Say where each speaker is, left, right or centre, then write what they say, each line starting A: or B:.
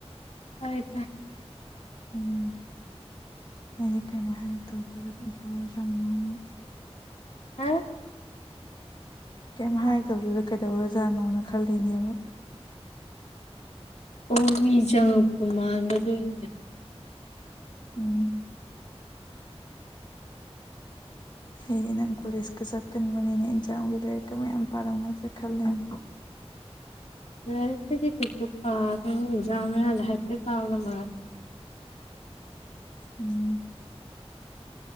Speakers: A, on the left; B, on the left.
A: ꯇꯥꯏꯌꯦ ꯇꯥꯏ
B: ꯎꯝ <unintelligible>
A: ꯍꯥ
B: ꯀꯩꯝ ꯍꯥꯏꯔꯛꯇꯕꯗꯨꯗ ꯀꯩꯗꯧꯔꯖꯥꯅꯣꯅ ꯈꯜꯂꯤꯅꯦꯕ
A: ꯑꯣ ꯃꯤ ꯆꯪꯉꯛꯄ ꯃꯥꯟꯕ ꯑꯗꯨꯏꯅꯦ
B: ꯎꯝ ꯑꯩꯗꯤ ꯅꯪ ꯀꯣꯂꯦꯖꯀ ꯆꯠꯀꯟꯕꯅꯤꯅ ꯑꯦꯛꯖꯥꯝꯒꯤ ꯂꯥꯔꯛꯀ ꯃꯌꯥꯝ ꯄꯥꯔꯝꯃ ꯆꯠꯈꯜꯂꯤꯅꯦ
A: ꯂꯥꯏꯔꯤꯛꯀꯤꯗꯤ ꯀꯩꯁꯨ ꯄꯥꯗꯦ ꯑꯦꯛꯖꯥꯝ ꯃꯌꯥꯗ ꯍꯥꯏꯐꯦꯠ ꯄꯥꯕꯗꯣ ꯃꯉꯥꯏ
B: ꯎꯝ